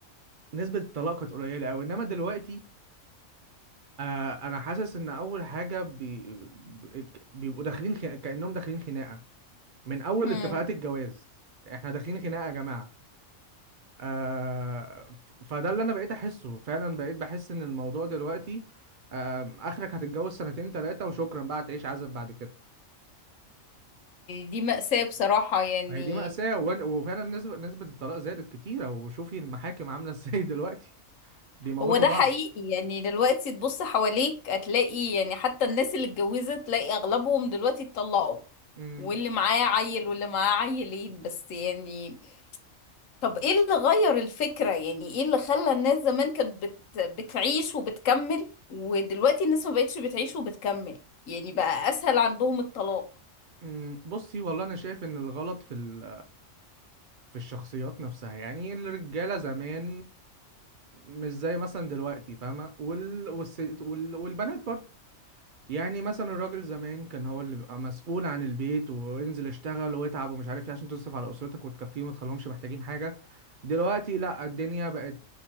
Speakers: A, on the right; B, on the left.
A: نسبه الطلاق كانت قليله قوي انما دلوقتي آه، انا حاسس ان اول حاجه بي... بي- بيبقوا داخلين خ... كانهم داخلين خناقه من اول
B: امم
A: اتفاقات الجواز احنا داخلين خناقه يا جماعه آه ف- فده اللي انا بقيت احسه فعلا بقيت بحس ان الموضوع دلوقتي آم، اخرك هتتجوز سنتين ثلاثة وشكرا بقى تعيش عزب بعد كده
B: دي مأساة بصراحة يعني
A: ما هي دي مأساة وإن- وفعلا نسبة نسبة الطلاق زادت كتيرة وشوفي المحاكم عاملة ازاي دلوقتي <laughs> بيموتوا
B: هو ده
A: بعض
B: حقيقي يعني دلوقتي تبص حواليك هتلاقي يعني حتى الناس اللي اتجوزت تلاقي اغلبهم دلوقتي اتطلقوا
A: امم
B: واللي معاه عيل واللي معاه عيلين بس يعني طب ايه اللي غير الفكرة يعني ايه اللي خلى الناس زمان كانت بت... بتعيش وبتكمل ودلوقتي الناس ما بقتش بتعيش وبتكمل يعني بقى اسهل عندهم الطلاق
A: أمم، بصي والله انا شايف ان الغلط في ال في الشخصيات نفسها يعني الرجالة زمان مش زي مثلا دلوقتي فاهمة وال... والس... وال... والبنات برضه يعني مثلا الراجل زمان كان هو اللي بيبقى مسؤول عن البيت وينزل يشتغل ويتعب ومش عارف ايه عشان تصرف على اسرتك وتكفيهم وتخليهمش محتاجين حاجه دلوقتي لا الدنيا بقت